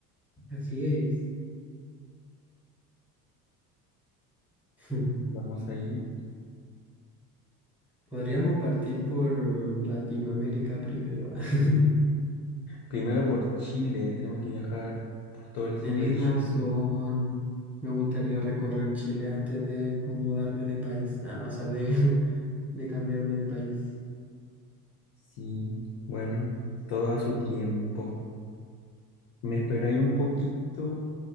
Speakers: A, in the centre; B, on the left.
A: Así es. <laughs>
B: Vamos a ir
A: Podríamos partir por Latinoamérica primero. <laughs>
B: primero por Chile. Tenemos que viajar por todo el
A: Tenéis
B: sur de Chile.
A: razón. Me gustaría recorrer Chile antes de mudarme de país, ah, o sea, de, <laughs> de cambiarme de país.
B: Sí, bueno, todo a su tiempo. Me esperáis un poquito